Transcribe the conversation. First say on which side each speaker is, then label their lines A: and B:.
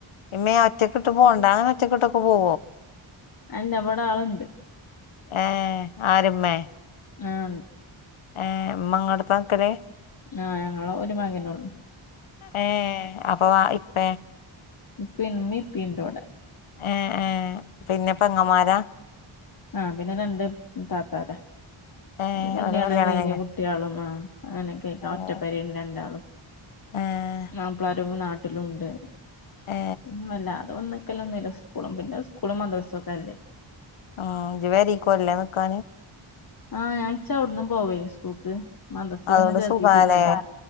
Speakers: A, on the left; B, on the left.
A: മേ ഒറ്റക്കിട്ട പോവണ്ടാ ഒച്ചക്ക് ഇട്ട് പോവോ
B: അല്ല വ്ടാളുണ്ട്
A: ഏ ആര് ഉമ്മേ
B: ആഹ്
A: ഏഹ് ഇമ്മ ഇങ്ങളെ അടുത്താ നിക്കല്
B: ആഹ് ഞങ്ങൾ ഒരു മകനൊള്ളൂ
A: ഏ അപ്പൊ ഇപ്പ
B: ഇപ്പം ഇമ്മ ഇപ്പ ഇവിടെഇണ്ട്
A: ഏ ഏ പിന്നെ പെങ്ങമാര
B: ആ പിന്നെ രണ്ട് താത്താര
A: ഏഹ്
B: കല്യാണം
A: ഓലെ
B: കഴിഞ്ഞ്
A: കഴിഞ്ഞോ
B: കുട്ടിയോളും ആ അങ്ങനെ കേക്കാം
A: ഏഹ്
B: ഒറ്റപ്പെരി രണ്ടാളും
A: ഏഹ്
B: മാപ്ലാരും നാട്ട ടിലൃണ്ട്
A: ഏ
B: പിന്ന വല്ലാതെ വന്ന്ക്കല്ലൊന്നുല്ല സ്കൂളും പിന്നെ സ്കൂളും മദ്ര പല്ലേ
A: ആഹ് ഇജ് പെരീക്കോല്ലിലെ നിക്കാന്
B: ആഹ് ഞാ ഇചവിട്ന്നും പോവയ് സ്കൂൾക്ക് മദസ്സ്
A: അതുകൊണ്ട്
B: പിന്നെ ചേർത്തിയിട്ടില്ലല്ലോ
A: സുഖാലേ